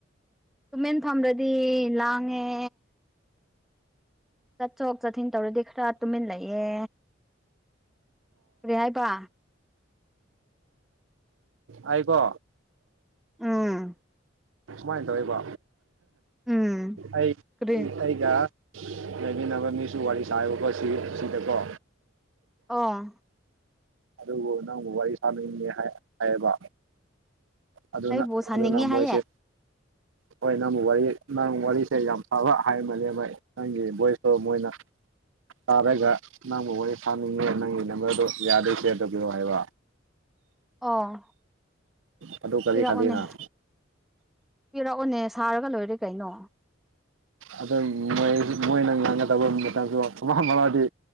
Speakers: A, in the centre; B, on the right (about 90°).
A: ꯇꯨꯃꯦꯟ ꯐꯗꯗꯤ ꯂꯥꯡꯉꯦ ꯆꯠꯊꯣꯛ ꯆꯠꯁꯤꯟ ꯇꯧꯔꯗꯤ ꯈꯔ ꯇꯨꯝꯃꯤꯟꯂꯛꯑꯦ ꯀꯔꯤ ꯍꯥꯏꯕ
B: ꯑꯩꯕꯣ
A: ꯎꯝ
B: ꯁꯨꯃꯥꯏꯅ ꯇꯧꯋꯏꯕꯣ
A: ꯎꯝ
B: ꯑꯩ
A: ꯀꯔꯤ
B: ꯑꯩꯒ ꯂꯩꯃꯤꯟꯅꯕ ꯃꯤꯁꯨ ꯋꯥꯔꯤ ꯁꯥꯏꯕꯀꯣ ꯁꯤ ꯁꯤꯗꯀꯣ
A: ꯑꯥ
B: ꯑꯗꯨꯕꯨ ꯅꯪꯕꯨ ꯋꯥꯔꯤ ꯁꯥꯅꯤꯡꯉꯦ ꯍꯥꯏꯌꯦꯕ ꯑꯗꯨꯅ
A: ꯑꯩꯕꯨ ꯁꯥꯅꯤꯡꯉꯦ
B: ꯑꯗꯨꯅ ꯃꯣꯏꯁꯦ
A: ꯍꯥꯏꯌꯦ
B: ꯍꯣꯏ ꯅꯪꯕꯨ ꯋꯥꯔꯤ ꯅꯪ ꯋꯥꯔꯤꯁꯦ ꯌꯥꯝ ꯐꯕ ꯍꯥꯏꯃꯅꯦ ꯃ ꯅꯪꯒꯤ ꯚꯣꯏꯁꯇꯣ ꯃꯣꯏꯅ ꯇꯥꯔꯒ ꯅꯪꯕꯨ ꯋꯥꯔꯤ ꯐꯥꯅꯤꯡꯉꯦ ꯅꯪꯒꯤ ꯅꯝꯕꯔꯗꯨꯣ ꯌꯥꯗꯩ ꯁꯤꯦꯌꯔ ꯇꯧꯕꯤꯔꯛꯑꯣ ꯍꯥꯏꯕ
A: ꯑ
B: ꯑꯗꯨ ꯀꯔꯤ
A: ꯄꯤꯔꯛꯑꯣꯅꯦ
B: ꯈꯜꯂꯤꯅ
A: ꯄꯤꯔꯛꯑꯣꯅꯦ ꯁꯥꯔꯒ ꯂꯣꯏꯔꯦ ꯀꯩꯅꯣ
B: ꯑ ꯃꯣꯏ ꯃꯣꯏꯅ ꯉꯥꯡꯒꯗꯕ ꯃꯇꯝꯁꯨ ꯊꯨꯃ ꯃꯥꯗꯤ